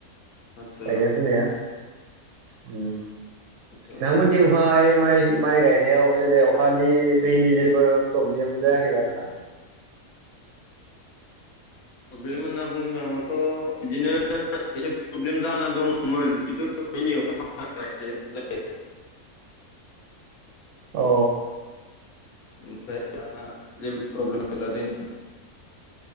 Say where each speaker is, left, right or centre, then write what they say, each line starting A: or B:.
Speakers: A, on the left; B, on the right.
A: आदसा
B: गायनाय फुनाया उम।
A: आदसा
B: नोंथां मोनथिं ओमफ्राय फ्राय माइ गायनायाव जेरै अखानि दैनि जेबो प्रब्लेम जायाखैबा नोंथां?
A: प्रब्लेम होनना बुंनो थाङोब्लाथ' बिदिनो एसे प्रब्लेम जाना दङमोन खिन्थु दिनै अखा हाना होबायना इसे जालांबाय
B: औ।
A: ओफ्राय दा जेबो प्रब्लेम दैनि